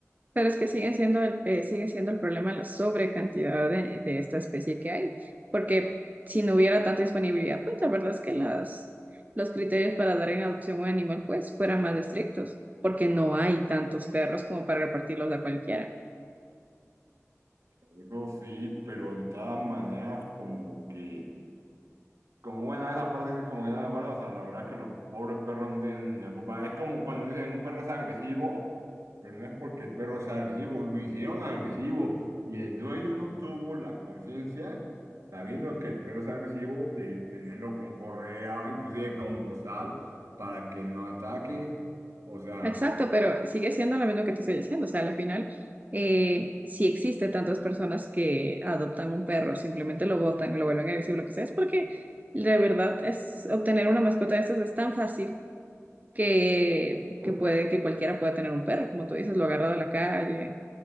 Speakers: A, on the right; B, on the right.
A: Pero es que sigue siendo el, eh, sigue siendo el problema la sobrecantidad de, de esta especie que hay, porque si no hubiera tanta disponibilidad, pues la verdad es que las, los criterios para dar en adopción un animal pues fueran más estrictos, porque no hay tantos perros como para repartirlos a cualquiera.
B: Eso sí, pero de todas maneras como que... Como bueno, esa parte sí como que no me acuerdo, o sea, la verdad es que los pobres perros no tienen la culpa. Es como cuando dicen un perro es agresivo, pero no es porque el perro sea agresivo, lo hicieron agresivo y el dueño no tuvo la conciencia, sabiendo que el perro es agresivo, de tenerlo con correa, inclusive con bozal, para que no ataque. O sea,
A: Exacto, pero sigue siendo lo mismo que te estoy diciendo, o sea, al final eh, si existe tantas personas que adoptan un perro, simplemente lo botan, lo vuelven agresivo, lo que sea, es porque... La verdad es obtener una mascota de estas es tan fácil que, que puede que cualquiera pueda tener un perro, como tú dices, lo agarra de la calle